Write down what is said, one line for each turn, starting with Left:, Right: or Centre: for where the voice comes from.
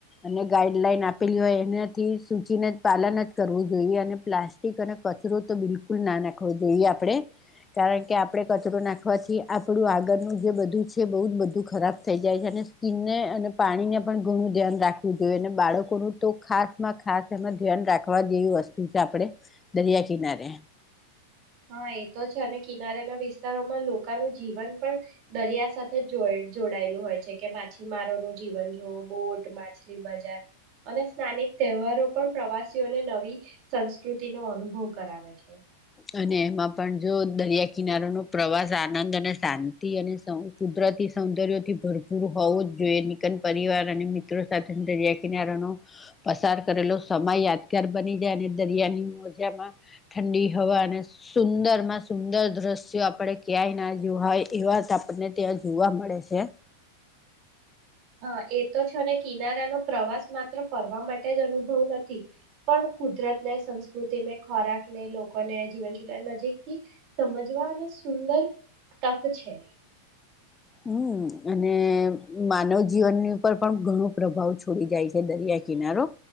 Left: અને ગાઈડલાઈન આપેલી હોય એનાથી સૂચિના પાલન કરવું જોઈએ અને પ્લાસ્ટિક અને કચરો તો બિલકુલ ના નાખવો જોઈએ આપણે કારણ કે આપડે કચરો નાખવાથી આપણું આગળનું જે બધું છે બહુ જ બધું ખરાબ થઈ જાય છે અને સ્કીિનને અને પાણીને પણ ઘણું ધ્યાન રાખવું જોઈએ અને બાળકોનું તો ખાસ માં ખાસ એમાં ધ્યાન રાખ. ખવા જેવી વસ્તુ છે આપડે દરિયા કિનારે.
Right: હા એ તો છે અને કિનારાના વિસ્તારોમાં લોકોનું જીવન પણ દરિયા સાથે જોડાયેલું હોય છે કે માછીમારોનું જીવન જોવ બોટ માછલી બજાર અને સ્થાનિક તહેવારો પણ પ્રવાસીઓને નવી પ્રકૃતિનો અનુભવ કરાવે છે.
Left: અને એમાં પણ જો દરિયા કિનારોનો પ્રવાસ આનંદ અને શાંતિ અને કુદરતી સૌંદર્યથી ભરપૂર હોવો જ જોઈએ નિકન પરિવાર અને મિત્રો સાથે દરિયા કિનારાનો પસાર કરેલો સમય યાદગાર બની જાય અને દરિયાની મજામાં ઠંડી હવા અને સુંદર માં સુંદર દ્રશ્યો આપણે ક્યાંય ના જો હોય એ વાત આપણને ત્યાં જોવા મળે છે.
Right: હા
Left: હમ અને માનવ જીવનની ઉપર પણ ઘણો પ્રભાવ છોડી જાય છે દરિયા કિનારો